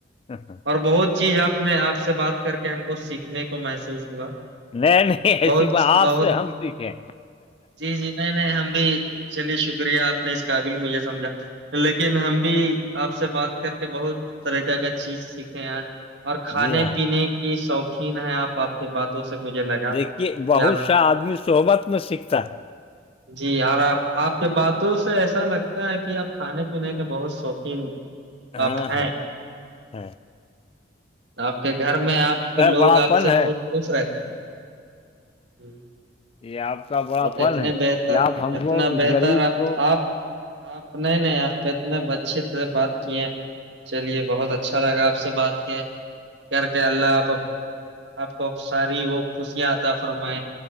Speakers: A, on the left; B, on the right.
A: ا ہاں
B: اور بہت چیز آپ نے آپ سے بات کر کے ہم کو سیکھنے محسوس ہوا
A: نہیں نہیں
B: بہت
A: ایسی بات آپ
B: بہت
A: سے ہم سیکھیں
B: جی جی نہیں نہیں ہم بھی چلیے شکریہ آپ نے اس قابل مجھے سمجھا لیکن ہم بھی بھی آپ سے بات کر کے بہت طریق کا چیز سیکھے ہیں آج اور کھانے
A: جی ہاں
B: پینے
A: جی
B: کی شوقین ہے آپ آپ کے باتوں سے مجھے لگا
A: دیکھیے بہت
B: کہ آپ
A: آدمی صحبت میں سیکھتا ہے
B: جی اور آپ آپ کے باتوں سے ایسا لگتا ہے کہ آپ کھانے پینے کے بہت شوقین <unintelligible>
A: ہاں
B: ہیں
A: ہاں ہ
B: آپ کے گھر میں آپ کے لوگ
A: بڑا
B: آپ
A: پن
B: سے
A: ہے
B: بہت خوش رہتے ہیں
A: یہ آپ کا بڑا
B: اور تو
A: پن
B: اتنے
A: ہے
B: بہتر
A: کہ آپ ہم
B: اتنا
A: کو اس
B: بہتر
A: غریب
B: آ
A: کو
B: آپ آپ نہیں نہیں آپ اتنے اچھیے طح بات کیے چلیے بہت اچھا اچھا لگا آپ سے بات کیا کر کے اللہ آپ کو ساری وہ خوشیاں آتا فرمائے